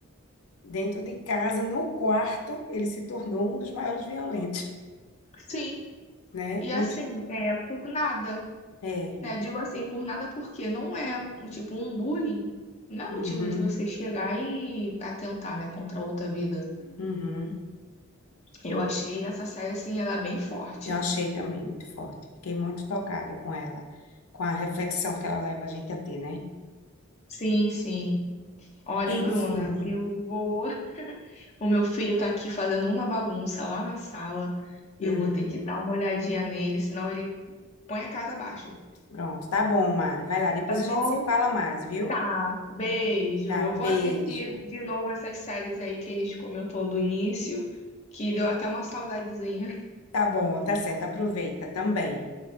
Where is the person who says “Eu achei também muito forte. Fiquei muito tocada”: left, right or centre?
Left